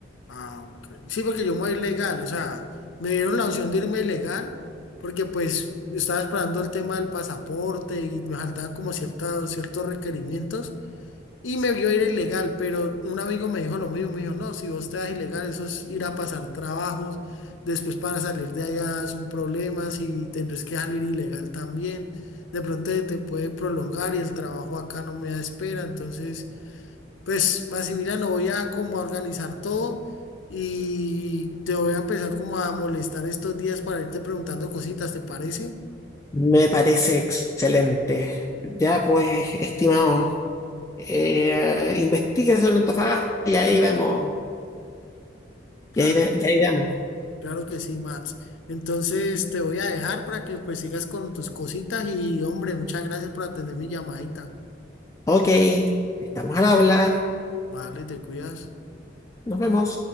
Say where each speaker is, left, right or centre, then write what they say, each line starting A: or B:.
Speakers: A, on the left (about 85°); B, on the left (about 15°).
A: Ah, ok. Sí, porque yo me voy ilegal, o sea, me dieron la opción de irme ilegal porque pues estaba esperando el tema del pasaporte y me faltaban como cierta- ciertos requerimientos y me vio ir ilegal, pero un amigo me dijo lo mismo, me dijo, no, si vos te vas ilegal, eso es ir a pasar trabajos, después para salir de allá es un problema, si tendrás que salir ilegal también, de pronto te te puede prolongar y el trabajo acá no me da espera, entonces... Pues, Maximiliano, voy a como a organizar todo y te voy a empezar como a molestar estos días para irte preguntando cositas, ¿te parece?
B: Me parece excelente. Ya pues, estimado. Eh, investiga sobre Antofagasta y ahí vemos.
A: Claro,
B: Y ahí, ve- y ahí vemos.
A: claro que sí, Max. Entonces te voy a dejar para que pues sigas con tus cositas y hombre, muchas gracias por atender mi llamadita.
B: Ok, estamos al habla.
A: Vale, te cuidas.
B: Nos vemos.